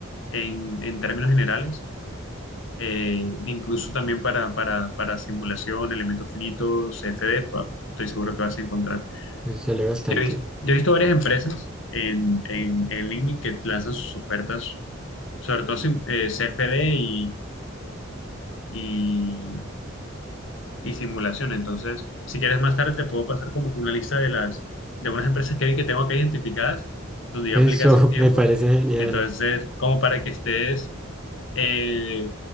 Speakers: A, on the left (about 70°); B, in the centre.
A: en, en términos generales, eh, incluso también para, para, para simulación, elementos finitos, CFD, pa- estoy seguro que vas a encontrar.
B: Eso sale bastante.
A: Yo he visto, yo he visto varias empresas en, en, en LinkedIn que lanzan sus ofertas, sobre todo sim- eh, CFD y, y simulación. Entonces, si quieres más tarde, te puedo pasar como que una lista de las, de unas empresas que vi que tengo acá identificadas, donde yo
B: Eso
A: apliqué hace un tiempo.
B: <laughs> me parece genial.
A: Entonces, como para que estés eh,